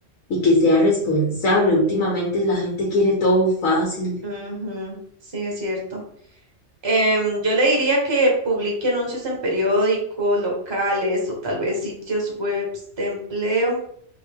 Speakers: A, on the left; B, on the right.
A: y que sea responsable? Últimamente la gente quiere todo fácil.
B: Ujú, Sí, es cierto. Em, yo le diría que publique anuncios en periódicos, locales o tal vez sitios web de empleo.